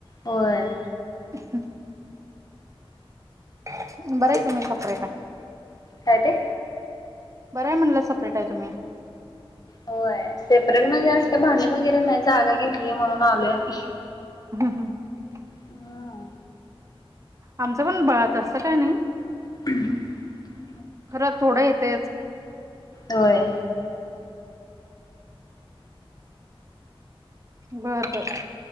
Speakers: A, on the left; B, on the right.
A: होय.
B: ह <unintelligible> बरं हाय तुम्ही सेपरेट हाय.
A: काय ते?
B: बरंय म्हणलं सेपरेट आहे तुम्ही.
A: होय सेपरेट म्हणजे आस काय भांडण वगैरे नाही जागा घेतली म्हणून आलोय आम्ही.
B: हा <unintelligible>
A: हम
B: आमच पण बरं आहे तस काय नाही.
A: पन <unintelligible>
B: खरं थोडं येतंयच.
A: होय.
B: बरबर.